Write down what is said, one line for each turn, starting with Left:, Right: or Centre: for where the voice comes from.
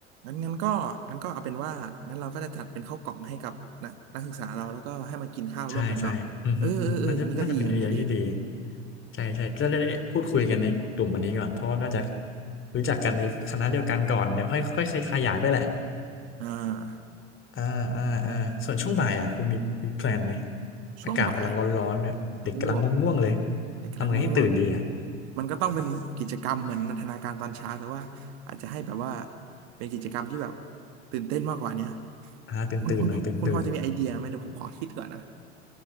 Right: งั้นงั้นก็งั้นก็เอาเป็นว่างั้นเราก็จะจัดเป็นข้าวกล่องให้กับนักนักศึกษาเราแล้วก็ให้มากินข้าวร่วมกันเนาะเออเออเอออย่างนี้ก็ดีอย่างนี้ก็ดี
Left: ใช่ใช่อือฮึอือฮึน่าจะน่าจะเป็นไอเดียที่ดีใช่ใช่จะได้พูดคุยกันในกลุ่มวันนี้ก่อนเพราะว่าก็จะรู้จักกันในคณะเดียวกันก่อนเดี๋ยวค่อยค่อยขยายไปแหละ
Right: อ่า
Left: อ่าอ่าอ่าส่วนช่วงบ่ายอ่ะคุณมีมีแพลนไหม
Right: ช่วงบ่าย
Left: อากาศกำลังร้อนๆเนี่ยเด็กกำลังง่วงๆเลย
Right: โอ้โหเด็กกำลังง่วง
Left: ทำไงให้ตื่นดีอ่ะ
Right: มันก็ต้องเป็นกิจกรรมเหมือนนันทนาการตอนเช้าแต่ว่าอาจจะให้แบบว่าเป็นกิจกรรมที่แบบตื่นเต้นมากกว่าเนี้ย
Left: อ่าตื่นตื่นหน่อยตื่นตื่น
Right: คุณคุณคุณพอจะมีไอเดียไหมเดี๋ยวผมขอคิดก่อนนะ